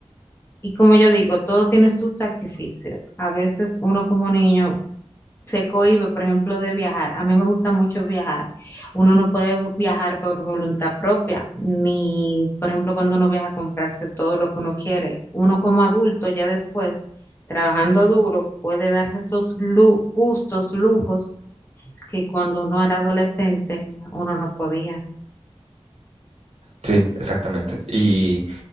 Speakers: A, on the left (about 20°); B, on the right (about 75°).
A: Y como yo digo, todo tiene su sacrificio. A veces uno como niño se cohíbe, por ejemplo, de viajar. A mí me gusta mucho viajar. Uno no puede viajar por voluntad propia, ni, por ejemplo, cuando uno viaja a comprarse todo lo que uno quiere. Uno como adulto, ya después, trabajando duro, puede darse esos lu- gustos, lujos que cuando uno era adolescente, uno no podía.
B: Sí, exactamente. Y,